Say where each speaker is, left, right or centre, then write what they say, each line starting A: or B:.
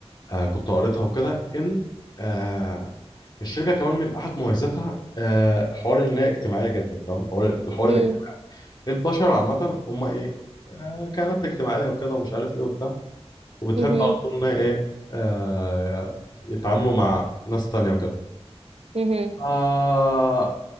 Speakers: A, on the left (about 40°); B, on the right (about 65°).
A: آه كنت قريتها وكده ان آه الشركه كمان من احد مميزاتها آه حوار ان هي اجتماعيه جدا تمام حوار الحوار
B: امم
A: الاجتماعي البشر عامه هم ايه آه كانت اجتماعيه وكده ومش عارف ايه وبتاع وبتحب
B: امم
A: على طول إن هي ايه آه يتعاملوا مع ناس تانية وكده
B: امم
A: آه